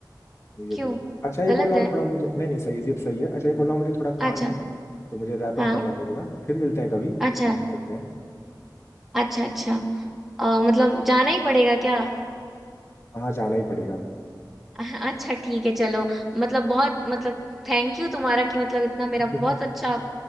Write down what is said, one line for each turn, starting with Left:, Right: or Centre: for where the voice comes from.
Left: Egypt
Centre: क्यों
Left: है। अच्छा ये
Centre: गलत
Left: बोल रहा
Centre: है
Left: हूँ थोड़ा मुझे नहीं नहीं सही इजिप्ट सही है अच्छा ये बोल रहा हूँ मुझे थोड़ा काम
Centre: अच्छा
Left: है तो मुझे रैप
Centre: हाँ
Left: अप करना पड़ेगा फिर मिलते हैं कभी
Centre: अच्छा
Left: बात करते हैं
Centre: अच्छा अच्छा अ, मतलब जाना ही पड़ेगा क्या
Left: हाँ जाना ही पड़ेगा
Centre: <laughs> अच्छा ठीक है चलो मतलब बहुत मतलब थैंक यू तुम्हारा कि मतलब इतना मेरा
Left: <laughs>
Centre: बहुत अच्छा